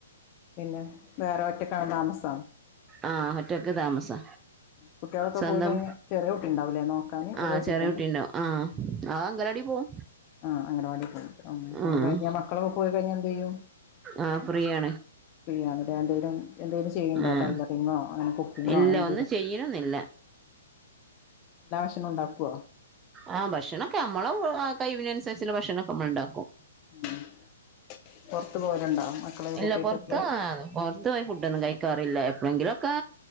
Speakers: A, on the left; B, on the right.
A: പിന്നെ വേറെ ഒറ്റക്കാണോ താമസം.
B: ആഹ ഒറ്റക്ക് താമസാ
A: കുട്ട്യേളൊക്കെ
B: സ്വന്തം
A: പോയ്‌ കഴിഞ്ഞ് ചെറിയേ കുട്ടിണ്ടാവുലെ നോക്കാന് ചെറിയേ
B: ആഹ്
A: കുട്ടില്ലേ.
B: ചെറിയ കുട്ടിണ്ടാവും ആഹ്, അത് അംഗലവാടി പോവും.
A: ആഹ്, അങ്ങനവാടി പോയ്‌ ഉം
B: ആഹ്
A: അത് കഴിഞ്ഞ മക്കളൊക്കെ പോയി കഴിഞ്ഞ എന്തെയ്യും.
B: ആഹ ഫ്രീ ആണ്.
A: <unintelligible> എന്തെേലും ചെയ്യണ്ടോ
B: ആഹ്
A: ടൈലറിങ്ങോ അങ്ങനെ കുക്കിങ്ങോ
B: ഇല്ല
A: അങ്ങനെന്തേലും.
B: ഒന്നും ചെയ്യണൊന്നില്ല
A: എല്ലാ ഭഷണോം ഉണ്ടാക്കോ?
B: ആഹ ഭക്ഷണൊക്കെ നമ്മളെ കയ്‌വിനനുസരിച്ചുള്ള ഭക്ഷണണൊക്കെ നമ്മൾ ഉണ്ടാക്കും.
A: <inaudible> പുറത്ത് പോവലുണ്ടോ മക്കളെ
B: ഇല്ല
A: കൂട്ടിയിട്ട്
B: പൊർത്ത
A: എപ്പള്
B: ആഹ പോറ് ത്തു പോയി ഫുഡ് ഒന്നും കഴിക്കാറില്ല എപ്പോളെങ്കിലൊക്കെ